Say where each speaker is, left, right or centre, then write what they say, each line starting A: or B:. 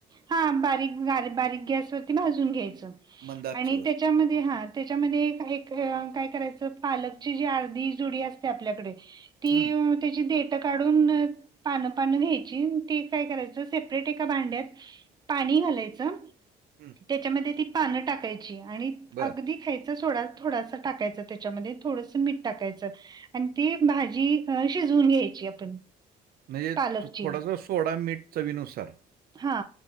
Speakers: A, on the right; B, on the right.
A: हा बारीक बारीक गॅस वरती भाजून घ्यायचं,
B: मंद आचेवर
A: आणि त्याच्यात त्याच्यामध्ये हा त्याच्यामध्ये एक काय करायचं पालकची जी अर्धी जोडी असते आपल्याकडे ती.
B: हं,
A: त्याची देठ काढून पानं पानं घ्यायची, ते काय करायचं सेपरेट एका भांड्यात पाणी घालायच
B: हं.
A: त्याच्यामध्ये ती पान टाकायची आणि
B: बर
A: अगदी. खायचा सोडा थोडासा टाकायचं त्याच्यामध्ये, थोडस मीठ टाकायचं. आणि ती भाजी शिजवून घ्यायची आपण.
B: म्हणजे
A: पालकची
B: थोडासा सोडा, मीठ, चवीनुसार.
A: हा.